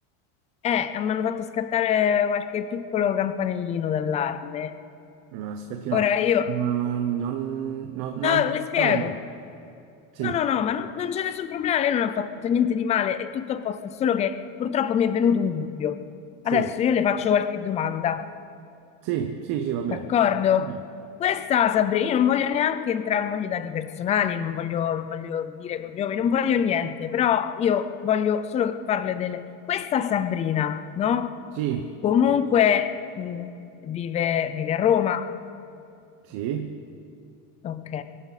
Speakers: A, on the left (about 15°); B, on the right (about 55°).
A: eh, mi hanno fatto scattare qualche piccolo campanellino d'allarme.
B: Ma aspetti un
A: Ora
B: attimo,
A: io,
B: ma non, non, non
A: no,
B: sto
A: le spiego.
B: capendo. Sì,
A: No, no, no, ma non, non c'è nessun problema, lei non ha fatto niente di male, è tutto a posto, è solo che purtroppo mi è venuto un dubbio. Adesso
B: sì.
A: io le faccio qualche domanda,
B: Sì, sì, sì, va bene.
A: d'accordo?
B: Va bene.
A: Questa, Sabrina, io non voglio neanche entrare, non voglio i dati personali, non voglio, non voglio dire cognomi, non voglio niente, però io voglio solo farle delle... Questa Sabrina, no?
B: Sì,
A: Comunque mh, vive vive a Roma.
B: sì,
A: Ok,